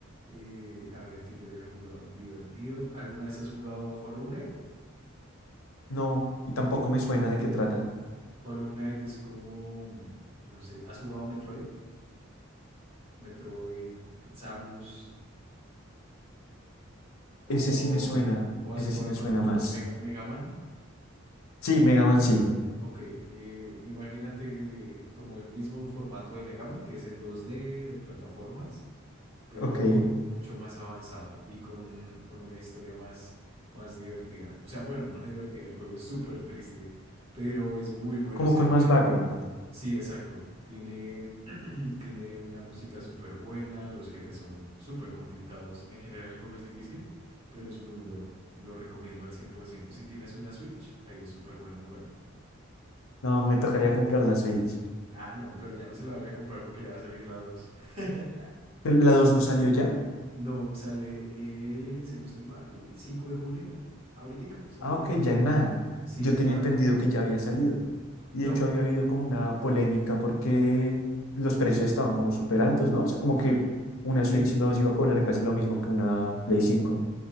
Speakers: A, on the right; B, on the left.
A: eh, a ver que yo haya jugado divertido. ¿Alguna vez has jugado Hollow Knight?
B: No, y tampoco me suena de qué trata.
A: Hollow Knight es como, no sé, ¿has jugado Metroid? Metroid, Samus, O,
B: Ese sí me suena,
A: o has
B: ese
A: jugado
B: sí me
A: de
B: suena
A: pronto
B: más.
A: Mega, Mega Man.
B: Sí, Mega Man sí.
A: Ok, eh, imagínate eh, como el mismo formato de Mega Man, que es en dos d de plataformas, pero
B: Ok,
A: mucho más avanzado y con un, con una historia más, más divertida. O sea, bueno, no divertida, el juego es súper triste, pero es muy bueno,
B: como
A: o sea,
B: con
A: tiene...
B: más background.
A: Sí, exacto. Tiene, <clears throat> tiene una música súper buena, los jefes son súper complicados. En general el juego es difícil, pero es muy bueno. Lo recomiendo al 100%. Si tienes una Switch, ahí es súper bueno jugarlo.
B: No, me tocaría comprar la Switch.
A: Ah, no, pero ya no se la vaya a comprar porque ya va a salir la 2. <laughs>
B: ¿Pero ¿La 2 no salió ya?
A: No, sale, eh, si no estoy mal, 5 de junio. Ahorita sale.
B: Ah, ok, ya en nada.
A: Sí,
B: Yo
A: en
B: tenía
A: nada.
B: entendido que ya había salido. Y
A: No,
B: de hecho había habido como una polémica porque los precios estaban como súper altos, ¿no? O sea, como que una
A: sí,
B: Switch 2 iba a cobrar casi lo mismo que una Play cinco.